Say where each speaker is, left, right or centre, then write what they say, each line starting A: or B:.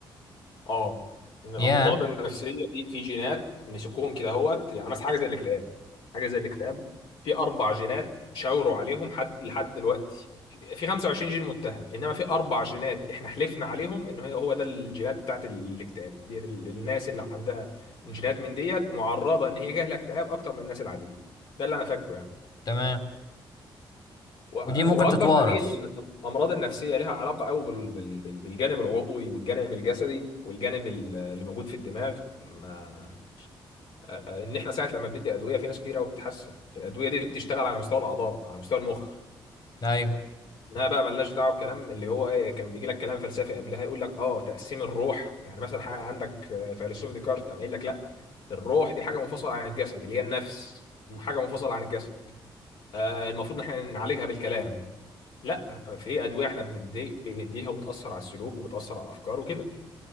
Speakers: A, on the left; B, on the left.
A: اه ان الامراض
B: يا
A: النفسيه في في جينات مسكوهم كده اهوت يعني مثلا حاجه زي الاكتئاب حاجه زي الاكتئاب في اربع جينات شاوروا عليهم حد لحد دلوقتي في في 25 جين متهم انما في اربع جينات احنا حلفنا عليهم ان هي هو ده الجينات بتاعت الاكتئاب دي ال- الناس اللي عندها جينات من ديت معرضه ان هي جاهله اكتئاب اكتر من الناس العاديه ده اللي انا فاكره يعني
B: تمام
A: و-
B: ودي ممكن
A: واكبر
B: تتورث
A: دليل ان الامراض النفسيه لها علاقه قوي بال- بال- بال- بالجانب العضوي والجانب الجسدي والجانب ال- اللي موجود في الدماغ ما آه، ان احنا ساعه لما بندي ادويه في ناس كتير قوي بتتحسن الادويه دي بتشتغل على مستوى الاعضاء على مستوى المخ
B: ايوه
A: انها بقى ملناش دعوه بكلام اللي هو ايه كان بيجي لك كلام فلسفي قبلها يقول لك اه تقسيم الروح يعني مثلا حاجه عندك آه، فيلسوف ديكارت قام قايل لك لا الروح دي حاجه منفصله عن الجسد اللي هي النفس حاجه منفصله عن الجسد آه، المفروض ان احنا نعالجها بالكلام لا في ادويه احنا بندي بنديها وبتاثر على السلوك وبتاثر على الافكار وكده